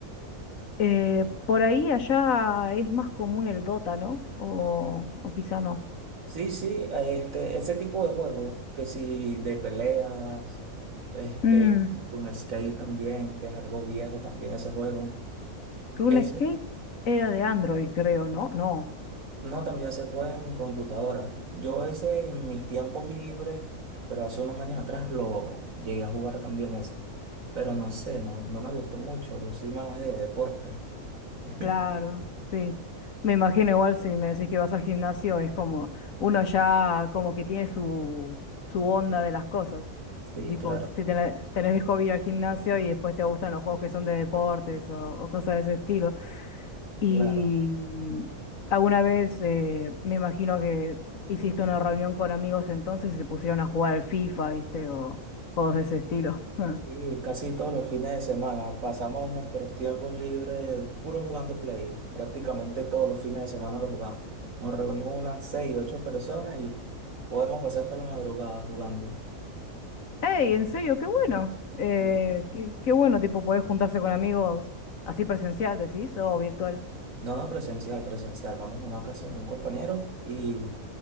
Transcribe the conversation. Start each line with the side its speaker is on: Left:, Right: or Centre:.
Left: Eh, por ahí allá es más común el Dota, ¿no? O, o quizá no.
Right: Sí, sí, este, ese tipo de juegos, que si de peleas, este,
Left: Mm.
Right: un skate también, que es algo viejo también ese juego.
Left: RuneScape
Right: Es
Left: era de Android, creo, ¿no? No.
Right: No, también se puede en computadora. Yo ese en mis tiempos libres, pero hace unos años atrás lo llegué a jugar también ese. Pero no sé, no, no me gustó mucho. Yo soy más de deporte. <laughs>
Left: Claro, sí. Me imagino igual si me decís que vas al gimnasio, es como uno ya como que tiene su, su onda de las cosas.
Right: Sí,
Left: Tipo,
Right: claro,
Left: si tenés, tenés de hobby ir al gimnasio y después te gustan los juegos que son de deportes o, o cosas de ese estilo. Y
Right: claro.
Left: mm, alguna vez eh, me imagino que hiciste una reunión con amigos entonces y se pusieron a jugar al FIFA, ¿viste? O juegos de ese estilo. <laughs>
Right: Y casi todos los fines de semana pasamos nuestros tiempos libres puro jugando play. Prácticamente todos los fines de semana lo jugamos. Nos reunimos unas seis, ocho personas y podemos pasar hasta la madrugada jugando.
Left: Hey, en serio, qué bueno. Eh,
Right: Sí.
Left: qué, qué bueno, tipo, poder juntarse con amigos así presencial, decís, o virtual.
Right: No, no, presencial, presencial. Vamos a una casa de un compañero y